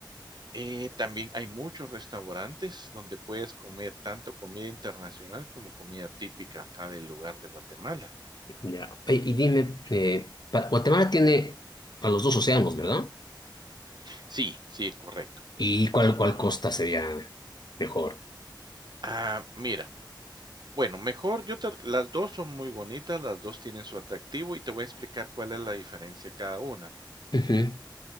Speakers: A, on the right; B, on the left.
A: Eh, también hay muchos restaurantes donde puedes comer tanto comida internacional como comida típica acá del lugar de Guatemala.
B: Ya. Oye, Y, dime, eh, pa- Guatemala tiene a los dos océanos, ¿verdad?
A: Sí, sí, correcto.
B: ¿Y cuál, cuál costa sería mejor?
A: Ah, mira, bueno, mejor yo te, las dos son muy bonitas, las dos tienen su atractivo y te voy a explicar cuál es la diferencia de cada una.
B: Ujú.